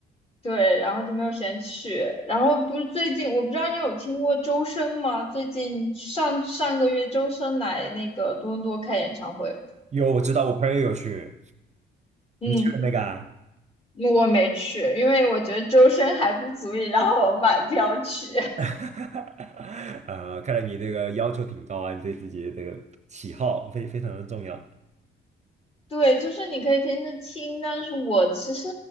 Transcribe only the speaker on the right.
有，我知道，我朋友有去，
你去了那个啊？
<laughs> 啊，看来你这个要求挺高啊，你对自己的这个喜好非非常的重要。